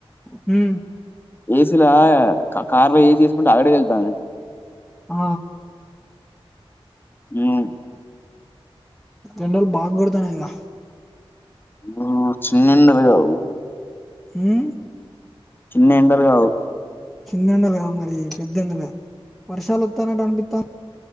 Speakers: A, in the centre; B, on the left.
A: ఉమ్
B: ఏసీల క కార్లో ఏసీ చేసుకుంటూ ఆగడు వెళ్తుంది
A: ఆ
B: ఆ
A: ఎండలు బాగా కొడతన్నాయిగా
B: ఆ చిన్న ఎండలు కావు
A: ఉ
B: చిన్న ఎండలు కావు
A: చిన్నెండలుగా మరి ఈ ఈ పెద్దెండలే వర్షాలు వస్తానట్టు అనిపితా